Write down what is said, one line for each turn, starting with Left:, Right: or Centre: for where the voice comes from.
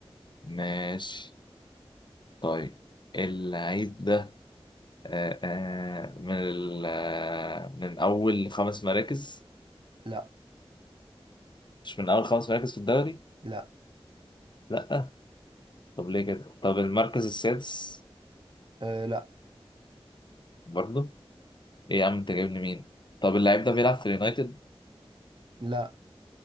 Left: ماشي طيب اللعيب ده آه، آه، من ال- آه، من أول خمس مراكز
Right: لا
Left: مش من أول خمس مراكز في الدوري
Right: لا
Left: لا طب ليه كده طب المركز السادس
Right: آه لا
Left: برضه إيه يا عم أنت جايب لي مين طب اللعيب ده بيلعب في اليونايتد
Right: لا